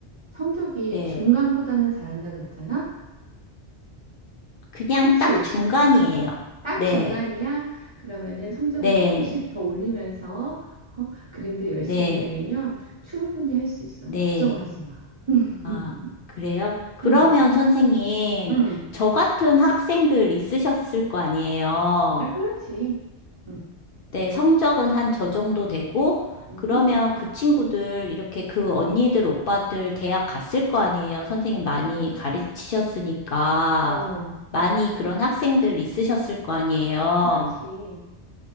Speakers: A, on the right; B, on the left.
A: 성적이
B: 네.
A: 중간보다는 잘한다 그랬잖아.
B: 그냥
A: 그치?
B: 딱 중간이에요.
A: 딱
B: 네,
A: 중간이야. 그러면은 성적을
B: 네,
A: 조금씩 더 올리면서 어, 그림도 열심히
B: 네,
A: 그리면 충분히 할 수 있어.
B: 네.
A: 걱정하지 마. <laughs>
B: 아, 그래요? 그러면
A: 응,
B: 선생님,
A: 응,
B: 저 같은 학생들 있으셨을 거 아니에요?
A: 아, 그렇지. 응.
B: 네, 성적은 한 저 정도 되고,
A: 음?
B: 그러면 그 친구들, 이렇게 그 언니들, 오빠들 대학 갔을 거 아니에요? 선생님 많이 가르치셨으니까.
A: 어,
B: 많이 그런 학생들 있으셨을 거 아니에요?
A: 그치.